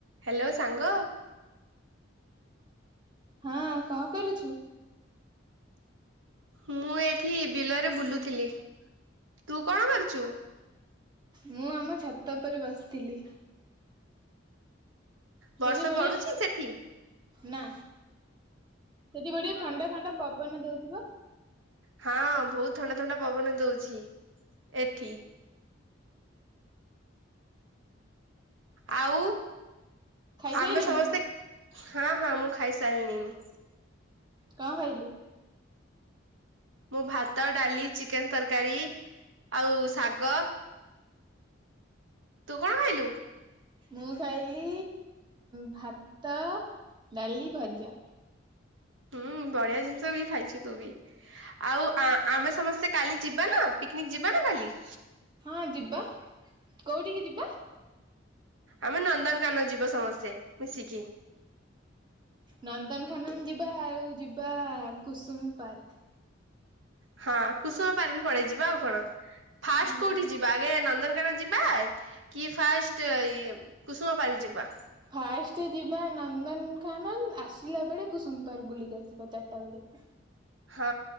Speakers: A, on the right; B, on the right.
A: Hello ସାଙ୍ଗ
B: ହଁ କଣ କରୁଛୁ?
A: ମୁଁ ଏଇଠି ବିଲରେ ବୁଲୁଥିଲି ତୁ କଣ କରୁଛୁ?
B: ମୁଁ ଆମ ଛାତ ଉପରେ ବସିଥିଲି।
A: ବର୍ଷା
B: ସେଠି ବଢିଆ
A: ପଡୁଛି ସେଠି
B: ନା ଯଦି ଗୋଟେ ଥଣ୍ଡା ଥଣ୍ଡା ପବନ ଦଉଥିବ।
A: ହଁ ବହୁତ ଥଣ୍ଡା ଥଣ୍ଡା ପବନ ଦଉଛି ଏଠି। ଆଉ
B: ଖାଇସାଇଲୁଣୁ?
A: ଆମେ ସମସ୍ତେ ହଁ ହଁ ମୁଁ ଖାଇସାରିନିଣି।
B: କଣ ଖାଇଲୁ?
A: ମୁଁ ଭାତ ଡାଲି ଚିକେନ ତରକାରୀ ଆଉ ଶାଗ ତୁ କଣ ଖାଇଲୁ?
B: ମୁଁ ଖାଇଲି ଭାତ ଡାଲି ଭଜା।
A: ହୁଁ ବଢିଆ ଜିନିଷ ବି ଖାଇଛିୁ ତୁ ବି। ଆଉ ଆମେ ସମସ୍ତେ କାଲି ଯିବା ନା ପିକନିକ ଯିବା ନା କାଲି।
B: ହଁ ଯିବା କୋଉଠିକି ଯିବା?
A: ଆମେ ନନ୍ଦନକାନ ଯିବ ସମସ୍ତେ ମିଶିକି।
B: ନନ୍ଦନ ଖାନନ ଯିବା ଆଉ ଯିବା କୁସୁମ ପାର୍କ।
A: ହଁ କୁସୁମ ପାର୍କ ପଳେଇ ଯିବା ଆଉ କଣ ଫାଷ୍ଟ
B: ହୁଁ।
A: କୋଉଠି ଯିବା ଆଗେ ନନ୍ଦନକାନ ଯିବା କି ଫାଷ୍ଟ କୁସୁମା ପାର୍କ ଯିବା।
B: ଫାଷ୍ଟ ଯିବା ନନ୍ଦନ ଖାନନ ଆସିଲା ବେଳେ କୁସୁମ ପାର୍କ ବୁଲିକି ଆସିବା ଚାରିଟା ବେଳେ।
A: ହଁ